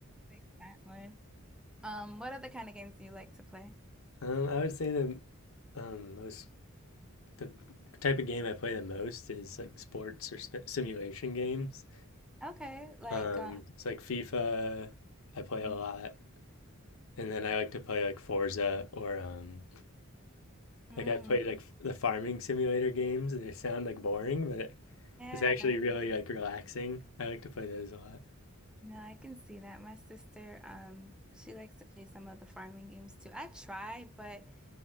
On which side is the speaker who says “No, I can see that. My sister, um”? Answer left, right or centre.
Centre